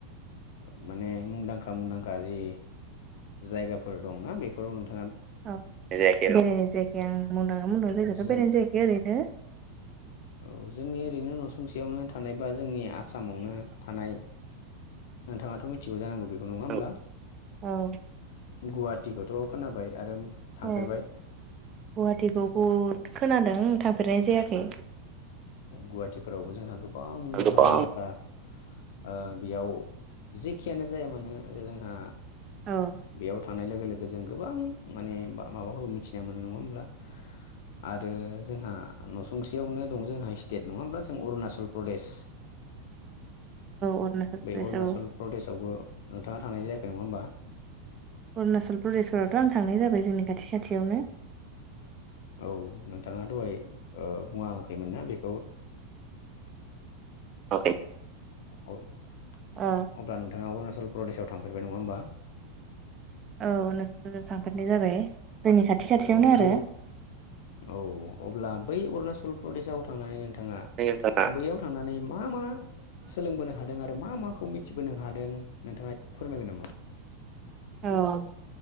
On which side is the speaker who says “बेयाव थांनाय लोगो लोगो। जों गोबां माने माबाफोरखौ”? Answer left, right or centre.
Left